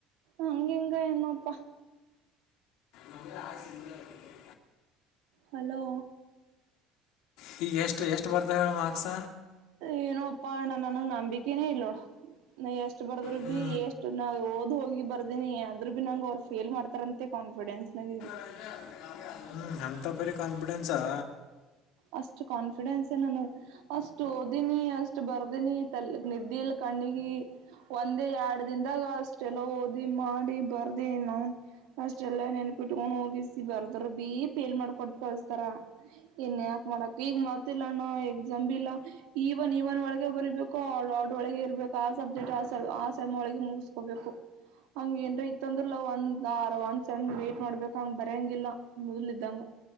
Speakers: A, on the right; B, on the left.
A: ಹಂಗ ಹಿಂಗ ಏನೊಪ್ಪಾ
B: ಮೊದಲೇ ಹಾಸಿದ್ರ ಏಳ್
A: ಹಲೋ
B: ಹೀಗ ಎಷ್ಟು ಎಷ್ಟು ಬರ್ತಾವ ಹೇಳ್ ಮ ಮಾರ್ಕ್ಸ
A: ಏನೋಪ್ಪ ನನಗ್ ನಂಬಿಕೆನೇ ಇಲ್ಲೋಡು ನ ಎಷ್ಟ್ ಬರ್ದ್ರು
B: ಹ್ಞೂ
A: ಬಿ ಎಷ್ಟು ನಾ ಓದ್ ಹೋಗಿ ಬರ್ದೇನಿ ಅದ್ರರು ಬಿ ನಂಗ್ ಅವರು ಫೇಲ್ ಮಾಡ್ತಾರಂತೆ ಕಾನ್ಫಿಡೆನ್ಸ್ ನಲ್ಲಿ ಇದೀನಿ. <inaudible>
B: <unintelligible> <inaudible> ಅಂತ ಪರಿ ಕಾನ್ಫಿಡೆನ್ಸ್, <inaudible>
A: ಅಷ್ಟ ಕಾನ್ಫಿಡೆನ್ಸ್ ನನಗ, <inaudible> ಅಷ್ಟು ಓದಿನಿ ಅಷ್ಟ್ ಬರ್ದಿನಿ ತಲ್ ನಿದ್ದೆಲ್ ಕಣ್ಣಗಿ. <inaudible> ಒಂದೇ ಎರಡ್ ದನ್ದಾಗ ಅಷ್ಟೆಲ್ಲ ಓದಿ ಮಾಡಿ ಬರ್ದಿವಿ ನಾವ ಅಷ್ಟೆಲ್ಲಾ ನೆನಪಿಟ್ಕೊಂಡ್ ಹೋಗಿಸಿ ಬರ್ದ್ರ ಬಿಇ ಪೇಲ್ ಮಾಡ್ಕೊಟ್ಟ ಕಳಸ್ತಾರ. <inaudible> ಏನ್ ಯಾಕ್ ಮಾಡಕ್ ಈಗ ಮತ್ತ ಇಲ್ಲ ಅಣ್ಣ ಎಕ್ಸಾಮ ಇಲ್ಲಾ? <inaudible> ಈವನ್ ಇವನ್ ಒಳಗೆ ಬರಿಬೇಕು ಓಡ್ ಆರ್ಡರ್ ವಳಗೆ ಇರ್ಬೇಕು ಆ ಸಬ್ಜೆಕ್ಟ್ ಆ ಆ ಸೈಮ್ ಒಳಗೆ ಮುಗಿಸ್ಕೋಬೇಕು. <inaudible> ಹಂಗ ಏನ್ರ ಇತ್ತಂದ್ರಲಾ ಒಂದ್ ಆರ ಒಂದ್ ಸೇಮ್ ವೇಟ್ ಮಾಡ್ಬೇಕ ಹಂಗ ಬರೆಯಂಗಿಲ್ಲ ಮೊದಲ್ಲ ಇದ್ದಂಗ.